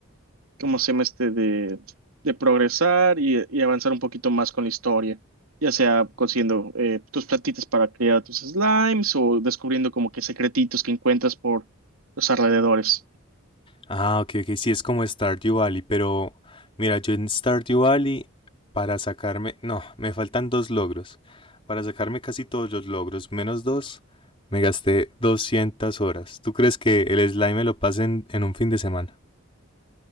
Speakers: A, on the right (about 80°); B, on the left (about 25°).
A: ¿cómo se llama este? De, de progresar y, y avanzar un poquito más con la historia, ya sea consiguiendo eh, tus plantitas para criar a tus slimes o descubriendo como que secretitos que encuentras por los alrededores.
B: Ah, ok, ok, sí es como Stardew Valley, pero mira, yo en Stardew Valley, para sacarme, no, me faltan dos logros. Para sacarme casi todos los logros, menos dos, me gasté 200 horas. ¿Tú crees que el slime me lo pase en, en un fin de semana?